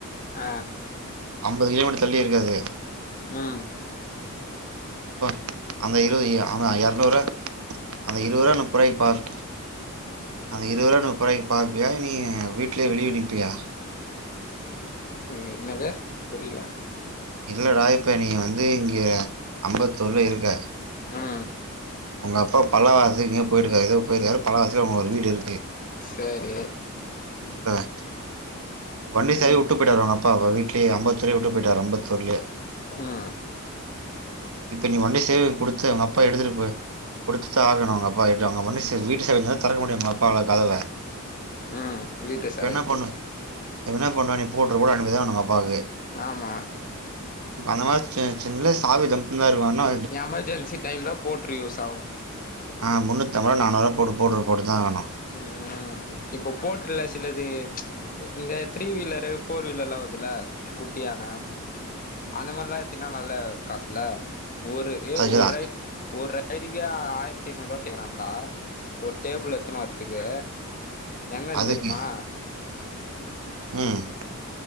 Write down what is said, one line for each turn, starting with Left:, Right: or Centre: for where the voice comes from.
Left: ஆ
Right: அம்பது கிலோ மீட்டர் தள்ளி இருக்கு அது
Left: ம்
Right: எப்ப அந்த இருவது ஆ இரநூறு அந்த இருவது ரூவா முப்பது ரூவாய்க்கு பார் அந்த இருவது ரூவா முப்பது ரூவாய்க்கு பாப்பியா நீ வீ்ட்லே வெளிய நிப்பியா
Left: ம் என்னது புரில
Right: இல்லடா இப்ப நீ வந்து இங்க அம்பத்தூர்ல இருக்க
Left: ம்
Right: உங்க அப்பா பல்லவாசதுக்கு இங்க போயிருக்காரு எதோ போயிருக்காரு பல்லாவரத்துல உங்க ஒரு வீடு இருக்கு
Left: சேரி
Right: இப்பதா வண்டி சாவிய
Left: ம்
Right: உட்டு போயிட்டாரு உங்க அப்பா வீ்ட்லே அம்பத்தூலே விட்டு போயிட்டாரு அம்பத்தூர்லே
Left: ம்
Right: இப்ப நீ வண்டிய சேவை குடுத்து உங்க அப்பா எடுத்துட்டுப்போய் குடுத்துதா ஆகணு உங்க அப்பாகிட்ட வண்டி சாவி வீட்டு சாவி இருந்தாதா திறக்க முடியு உங்க அப்பாவால கதவ
Left: ம் வீட்டு
Right: இப்ப
Left: சாவி
Right: என்ன பண்ணு இப்ப என்ன பண்ணுவ ரிப்போட்று கூட அனுப்பிதா உங்க அப்பாவுக்கு
Left: ஆமா
Right: அந்த மாரி சின்ன சாவி தம்பு தா இருக்கு என்னா
Left: எமர்ஜென்சி டைம்ல போட்ரு யூஸ் ஆகு
Right: ஆ முன்னூத்தம்ப ரூவா நானூறுவா போட்டு போட்ரு போட்டுதா ஆகணு
Left: ம் இப்போ போர்ட்டுல சிலது இந்த த்ரீ வீலரு ஃபோர் வீலர்ல்லா வருதுல்ல குட்டியானை
Right: ம் ம்
Left: அந்த மாரிலா எத்தின்னா நல்ல காசுல ஒரு ஏய்
Right: அதுக்குதான்
Left: ஒரு ரைடு ஒரு ரைடருக்கே ஆயிரத்தி ஐநூரூபா கேக்குறாடா ஒரு டேபிள் எத்துனு வரத்துக்கு எங்கன்னு
Right: அதுக்கு
Left: தெரியுமா
Right: ம்